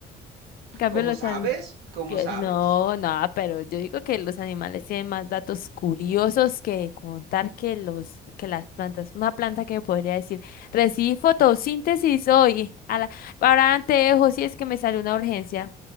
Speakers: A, on the left; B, on the right.
A: En cambio,
B: cómo
A: los
B: sabes?
A: animales.
B: cómo
A: Que
B: sabes?
A: No, no, pero yo digo que los animales tienen más datos curiosos que contar que los que las plantas. Una planta que me podría decir, recibí fotosíntesis hoy, a la, para anteojos si es que me sale una urgencia.